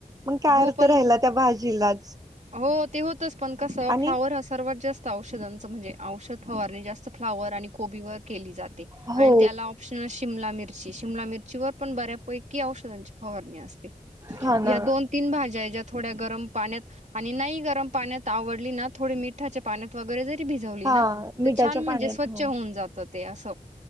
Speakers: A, on the right; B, on the right.
A: मग काय
B: हो
A: अर्थ
B: पण
A: राहिला त्या भाजीलाच
B: हो ते होतच पण कसं
A: आणि
B: फ्लॉवर हा सर्वात जास्त औषधांचं म्हणजे औषध फवारणी जास्त फ्लॉवर आणि कोबीवर केली जाते
A: हो
B: आणि त्याला शि शिमला मिरची शिमला मिरची वर पण बऱ्यापैकी औष <inaudible> फवारणी असते
A: हा ना
B: या दोन तीन भाज्या ज्या थोड्या गरम पाण्यात आणि नाही गरम पाण्यात आवडली ना थोडे मिठाच्या पाण्यात वगैरे जरी भिजवली
A: हा
B: ना
A: मिठाच्या
B: तर छान
A: पाण्यात
B: म्हणजे स्वच्छ
A: हो
B: होऊन जातं ते असं!